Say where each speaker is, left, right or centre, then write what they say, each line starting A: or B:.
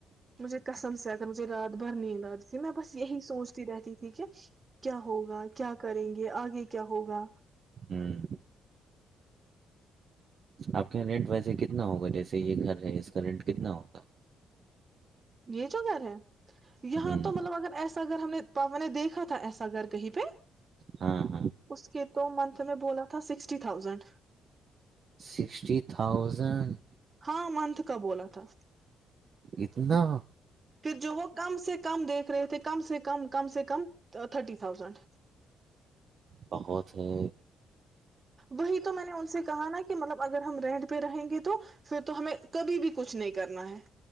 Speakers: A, on the right (about 35°); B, on the right (about 55°).
A: مجھے کسم سے مجھے رات بھر نیند آتی تھی میں بس یہی سوچتی رہتی تھی کہ کیا ہوگا کیا کریں گے آگے کی کیا ہوگا
B: ہوں ہوں۔ آپ کے یہاں رینٹ ویسے کتنا ہوگا جیسے یہ گھر ہے اس کا رینٹ کتنا ہوگا
A: یہ جو گھر ہے یہاں
B: ہوں
A: تو مطلب اگر ایس ایسا گھر ہم نے پاپا نے دیکھا تھا ایسا گھر کہیں پہ
B: ہاں ہاں
A: اس کے تو منتھ میں بولا تھا سکسٹی تھاؤزینڈ
B: سکسٹی تھاؤزنڈ
A: ہاں منتھ کا بولا تھا
B: اتنا
A: پھر جو وہ کم سے کم دیکھ رہے تھے کم سے کم کم کم سے کم تھرٹی تھازنڈ
B: بہت ہی
A: وہی تو میں نے ان سے کہا نا کہ مطلب اگر ہم رینٹ پہ رہیں گے تو پھر تو ہمیں کبھی بھی کچھ نہیں کرنا ہے